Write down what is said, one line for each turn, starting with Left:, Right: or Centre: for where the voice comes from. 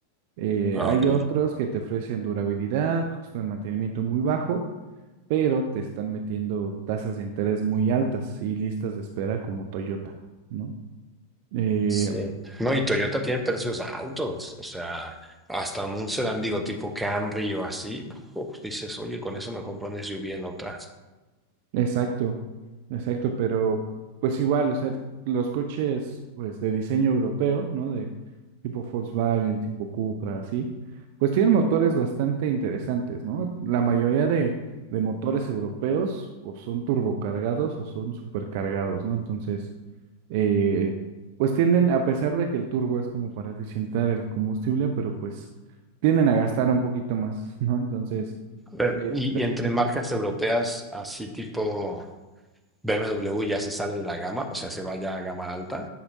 Right: Eh,
Centre: Ah,
Right: hay
Centre: ok.
Right: otros que te ofrecen durabilidad, costo de mantenimiento muy bajo, pero te están metiendo tasas de interés muy altas y listas de espera como Toyota, ¿no? Eh,
Centre: Sí. No, y Toyota tiene precios altos, o sea, hasta un sedán, digo, tipo Camry o así, uf, dices, oye, con eso me compro un SUV en otra.
Right: exacto, exacto, pero pues igual, o sea, los coches pues de diseño europeo, ¿no? De tipo Volkswagen, tipo Cupra, así, pues tienen motores bastante interesantes, ¿no? La mayoría de, de motores europeos o son turbocargados o son supercargados, ¿no? Entonces... eh, pues tienden, a pesar de que el turbo es como para eficientar el combustible, pero pues tienden a gastar un poquito más, <laughs> ¿no? Entonces,
Centre: Pero-
Right: eh,
Centre: y,
Right: ta-
Centre: y entre
Right: ujú.
Centre: marcas europeas, así tipo BMW ya se sale de la gama, o sea, se va ya a gama alta